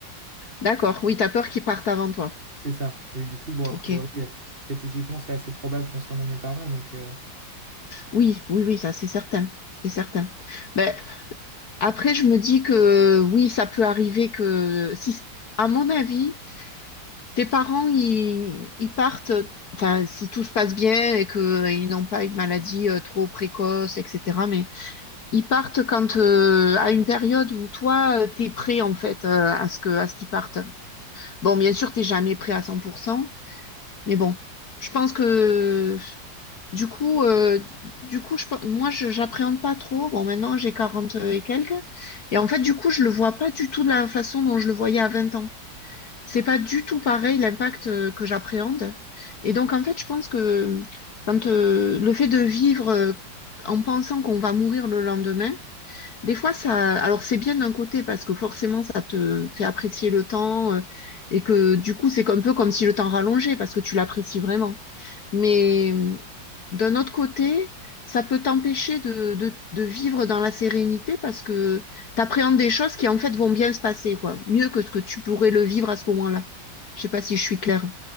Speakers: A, on the left (about 50°); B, on the right (about 25°).
A: D'accord, oui, t'as peur qu'ils partent avant toi.
B: C'est ça. Et du coup, bon, a
A: Ok.
B: priori, euh, statistiquement, c'est assez probable concernant mes parents. Donc euh,
A: Oui, oui, oui, ça c'est certain. C'est certain. Ben, après, je me dis que oui, ça peut arriver que si, à mon avis, Tes parents, ils, ils partent, enfin, si tout se passe bien et qu'ils n'ont pas une maladie euh, trop précoce, etc. Mais ils partent quand euh, à une période où toi, euh, t'es prêt en fait euh, à ce que à ce qu'ils partent. Bon, bien sûr, t'es jamais prêt à 100%, mais bon, je pense que du coup, euh, du coup, je, pe- moi, je j'appréhende pas trop. Bon, maintenant, j'ai 40 et quelques, et en fait, du coup, je le vois pas du tout de la façon dont je le voyais à 20 ans. C'est pas du tout pareil l'impact euh, que j'appréhende. Et donc, en fait, je pense que quand euh, le fait de vivre euh, en pensant qu'on va mourir le lendemain, des fois, ça, alors c'est bien d'un côté parce que forcément, ça te fait apprécier le temps euh, et que du coup, c'est un peu comme si le temps rallongeait parce que tu l'apprécies vraiment. Mais euh, d'un autre côté, ça peut t'empêcher de, de, de vivre dans la sérénité parce que t'appréhendes des choses qui en fait vont bien se passer, quoi. Mieux que ce que tu pourrais le vivre à ce moment-là. Je sais pas si je suis claire.